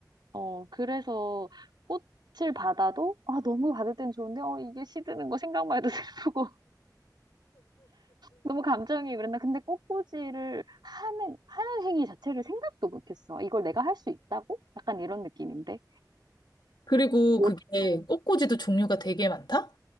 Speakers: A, on the right; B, on the left.
A: 어, 그래서 꽃을 받아도, 아, 너무 받을 땐 좋은데, 어, 이게 시드는 거 생각만 해도 <laughs> 슬프고. 너무 감정이 그랬나. 근데 꽃꽂이를 하는, 하는 행위 자체를 생각도 못했어. 이걸 내가 할 수 있다고? 약간 이런 느낌인데.
B: 그리고
A: 옷,
B: 그게
A: 응,
B: 꽃꽂이도 종류가 되게 많다?